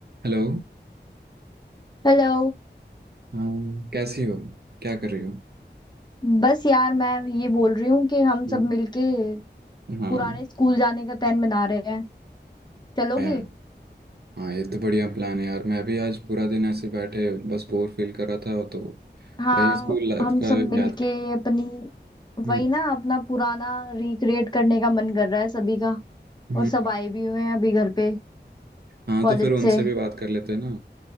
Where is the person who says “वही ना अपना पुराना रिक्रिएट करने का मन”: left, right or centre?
Left